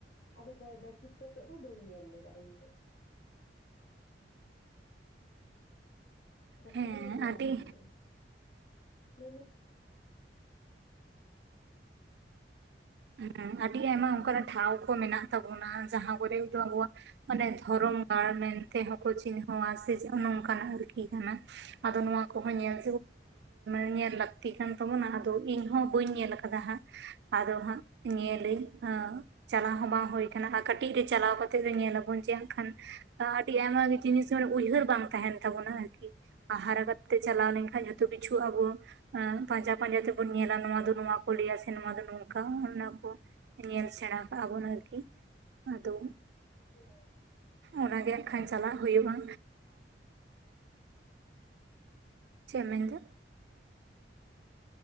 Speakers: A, on the left; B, on the right.
A: ᱟᱫᱚ ᱵᱟᱪᱤᱠ ᱠᱟᱛᱮᱫ ᱫᱚ ᱵᱟᱹᱧ ᱧᱮᱞ ᱞᱮᱫᱟ ᱤᱧ ᱫᱚ ᱠᱟᱛᱮ
B: ᱦᱮᱸ
A: ᱫᱚ ᱧᱮᱞ
B: ᱟᱹᱰᱤ
A: ᱵᱟᱝ ᱦᱩᱭ ᱞᱮᱱᱟ
B: ᱦᱮᱸ ᱟᱹᱰᱤ ᱟᱭᱢᱟ ᱚᱱᱠᱟᱱᱟᱜ ᱴᱷᱟᱶ ᱠᱚ ᱢᱮᱱᱟᱜ ᱛᱟᱵᱚᱱᱟ ᱡᱟᱦᱟᱸ ᱠᱚᱨᱮ ᱫᱚ ᱟᱵᱚ ᱣᱟᱜ ᱢᱟᱱᱮ ᱫᱷᱚᱨᱚᱢ ᱜᱟᱲ ᱢᱮᱱ ᱛᱮᱦᱚᱸ ᱠᱚ ᱪᱤᱱᱦᱟᱹᱣᱟ ᱥᱮ ᱱᱚᱝᱠᱟᱱᱟᱜ ᱟᱨᱠᱤ ᱠᱟᱱᱟ ᱟᱫᱚ ᱱᱚᱣᱟ ᱠᱚᱦᱚᱸ ᱧᱮᱞ <unintelligible> ᱧᱮᱞ ᱞᱟᱹᱠᱛᱤ ᱠᱟᱱ ᱛᱟᱵᱚᱱᱟ ᱟᱫᱚ ᱤᱧᱦᱚᱸ ᱵᱟᱹᱧ ᱧᱮᱞ ᱟᱠᱟᱫᱟ ᱱᱟᱦᱟᱸᱜ ᱟᱫᱚ ᱦᱟᱸᱜ ᱧᱮᱞ ᱞᱟᱹᱧ ᱦᱟᱸᱜ ᱪᱟᱞᱟᱣ ᱦᱚᱸ ᱵᱟᱝ ᱦᱩᱭ ᱟᱠᱟᱱᱟ ᱟᱨ ᱠᱟᱹᱴᱤᱡ ᱨᱮ ᱪᱟᱞᱟᱣ ᱠᱟᱛᱮᱫ ᱫᱚ ᱧᱮᱞ ᱟᱹᱵᱚᱱ ᱡᱮ ᱮᱠᱷᱟᱱ ᱟᱹᱰᱤ ᱟᱭᱢᱟᱜᱮ ᱡᱤᱱᱤᱥ ᱢᱟᱱᱮ ᱩᱭᱦᱟᱹᱨ ᱵᱟᱝ ᱛᱟᱦᱮᱱ ᱛᱟᱵᱚᱱᱟ ᱟᱨᱠᱤ <unintelligible> ᱦᱟᱨᱟ ᱠᱟᱛᱮ ᱪᱟᱞᱟᱣ ᱞᱮᱱᱠᱷᱟᱱ ᱡᱚᱛᱚ ᱠᱤᱪᱷᱩ ᱟᱵᱚ ᱯᱟᱸᱡᱟ ᱯᱟᱸᱡᱟ ᱛᱮᱵᱩᱱ ᱧᱮᱞᱟ ᱱᱚᱶᱟ ᱫᱚ ᱱᱚᱶᱟ ᱠᱚ ᱞᱟᱹᱭᱟ ᱥᱮ ᱱᱚᱶᱟ ᱫᱚ ᱱᱚᱝᱠᱟ ᱚᱱᱟ ᱠᱚ ᱧᱮᱞ ᱥᱮᱬᱟ ᱠᱟᱜ-ᱟ ᱵᱚᱱ ᱟᱨᱠᱤ ᱟᱫᱚ
A: <unintelligible>
B: ᱚᱱᱟᱜᱮ
A: ᱟᱨ
B: ᱟᱠᱷᱟᱱ
A: ᱞᱟᱹᱭ
B: ᱪᱟᱞᱟᱜ ᱦᱩᱭᱩᱜ-ᱟ ᱪᱮᱫ ᱮᱢ ᱢᱮᱱᱫᱟ?